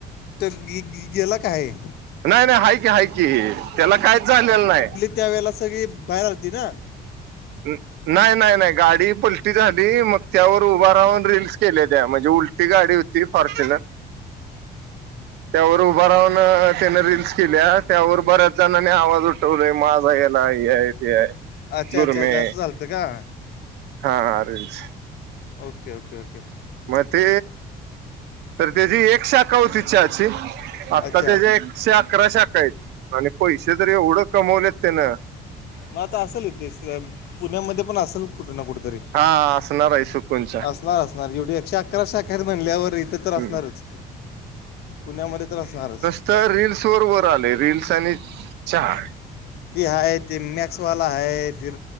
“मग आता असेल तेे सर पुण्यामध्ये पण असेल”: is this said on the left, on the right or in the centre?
Left